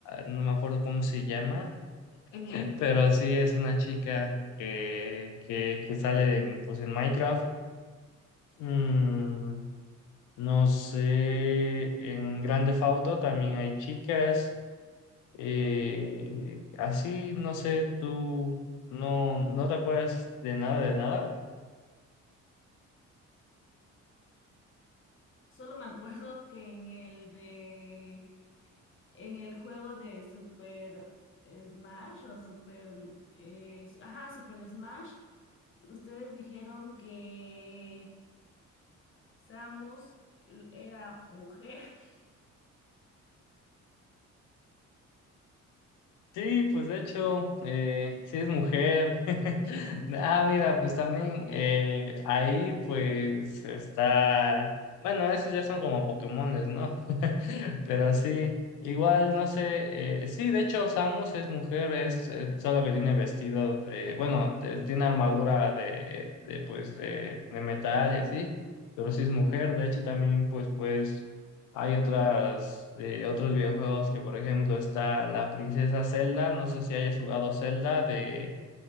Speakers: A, on the left; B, on the left.
A: no me acuerdo cómo se llama <laughs> Pero sí es una chica que, que, que sale de, pues en Minecraft. Mm, no sé, en Grande Auto también hay chicas. eh, así, no sé, tú no, no te acuerdas de nada, de nada.
B: Solo me acuerdo que en el de, en el juego de Super Smash o Super, eh, s- ajá, Super Smash, ustedes dijeron que Samus l- era mujer. <laughs>
A: Sí, pues de hecho, eh, sí es mujer. <laughs> Ah, mira, pues también eh, ahí pues está, bueno, esos ya son como Pokémones, ¿no? <laughs> Pero sí, igual, no sé, eh, sí, de hecho Samus es mujer, es eh, solo que tiene vestido, de, bueno, te- tiene armadura de, de, pues, de, de metal y así, pero sí es mujer, de hecho también, pues, pues, hay otras, eh, otros videojuegos que, por ejemplo, está la princesa Zelda, no sé si hayas jugado Zelda, de,